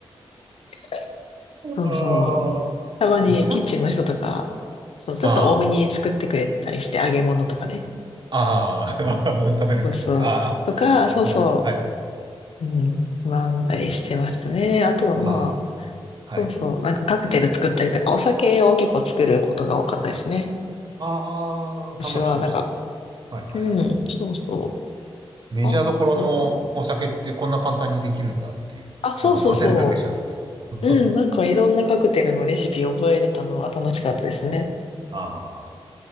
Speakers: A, on the left (about 70°); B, on the right (about 45°).
A: <laughs> そうそう。
B: ああ、
A: たまにキッチンの人とか、
B: いざ
A: そう、ちょっと多めに作ってくれたりして、
B: ああ。
A: 揚げ物とかね。
B: ああ、<laughs> 食べるっつって、
A: そうそう。
B: ああ、
A: とか、
B: やってました。
A: そうそう。
B: はいはい。
A: うん、学んだりしてましたね。あとはまあ、
B: ああ、
A: そうそう、
B: はい。
A: なんかカクテル作ったりとか、お酒を結構作ることが多かったですね。
B: ああ、
A: 私は、
B: 楽しそうですね。
A: なんか、
B: はいはいはい。
A: うん、そうそ
B: メジャーどころのお酒ってこんな簡単にできるんだっていう。
A: う。あと、あ、そうそうそ
B: なんか混ぜるだけじゃんって。<laughs>
A: う。うん、なんかいろんなカクテルのレシピを覚えれたのは楽しかったですね。
B: ああ、